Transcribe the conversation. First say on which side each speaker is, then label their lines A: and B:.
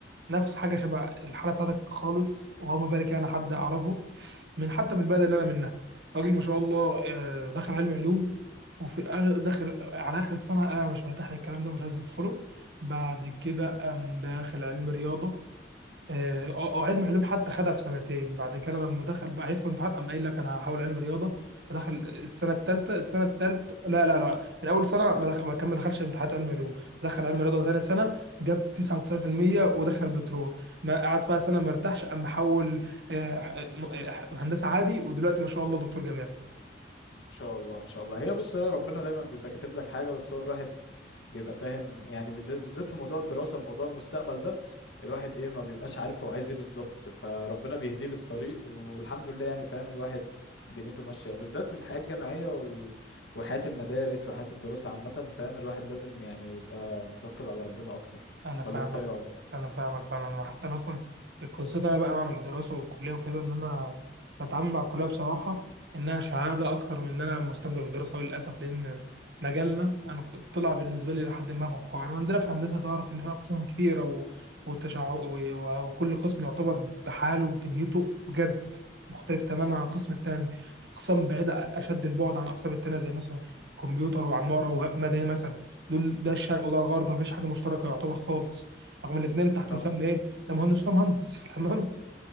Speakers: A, on the right; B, on the left.
A: نفس حاجه شبه الحاله بتاعتك خالص وما بالك انا حد اعرفه من حتى من البلد اللي انا منها راجل ما شاء الله آه، دخل علم علوم وفي الآخر- داخل على اخر السنه انا مش مرتاح للكلام ده مش عايز ادخله بعد كده قام داخل علم رياضه اه آه، علم علوم حتى خدها في سنتين بعد كده لما دخل بقى هيدخل امتحان قام قايل لك انا هحاول علم رياضه فدخل السنه الثالثه السنه الثالثه لا لا لا من اول سنه ما دخل ما كان ما دخلش امتحانات علم علوم دخل علم رياضه ثاني سنه جاب 99% ودخل بترول ما قعد فيها سنه ما ارتاحش قام حول آه، آه، هندسه عادي ودلوقتي ما شاء الله دكتور جامعي
B: ما شاء الله ما شاء الله هي بص يا ربنا دايما بيبقى كاتب لك حاجه بس هو الواحد بيبقى فاهم يعني بالنسبة- بالذات في موضوع الدراسة موضوع المستقبل ده الواحد ايه ما بيبقاش عارف هو عايز ايه بالظبط فربنا بيهديه للطريق والحمد لله يعني فاهم الواحد دنيته ماشية بالذات في الحياة الجامعية وال... وحياة المدارس وحياة الدراسة عامة فاهم الواحد لازم يعني يبقى متوكل على ربنا اكتر
A: انا فاهمك
B: ولا انت ايه رأيك؟
A: انا فاهمك فعلا انا حتى انا اصلا القصه انا بقى مع الدراسه والكليه وكده ان انا بتعامل مع الكليه بصراحه انها شهاده اكتر من ان انا مستمتع بالدراسه وللاسف لان مجالنا انا كنت- طلع بالنسبه لي لحد ما فقاعه انا عندنا في هندسه تعرف ان في اقسام كتيره و... والتشع... و... وكل قسم يعتبر بحاله ودنيته بجد مختلف تماما عن القسم التاني في اقسام بعيده اشد البعد عن الاقسام التانيه زي مثلا كمبيوتر وعماره ومدني مثلا دول ده الشرق وده الغرب مفيش حاجه مشتركه يعتبر خالص رغم الاثنين تحت
B: اه
A: مسمى ايه ده مهندس وده مهندس <laughs> تمام